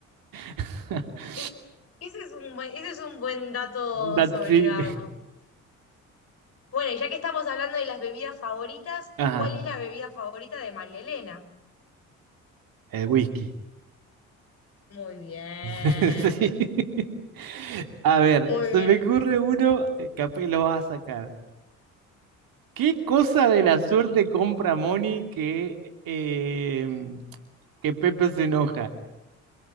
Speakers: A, on the right; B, on the left.
A: <laughs>
B: Ese, ese es un buen, ese es un buen dato
A: Dat-
B: sobre
A: sí.
B: Dardo. Bueno, y ya que estamos hablando de las bebidas favoritas,
A: Ajá,
B: ¿cuál es la bebida favorita de María Elena?
A: el whisky.
B: Muy bien,
A: <laughs> Sí. A ver,
B: muy
A: se
B: bien.
A: me ocurre uno, eh, capaz que lo vas a sacar. ¿Qué cosa de la suerte compra Moni que, eh, em, que Pepe se enoja?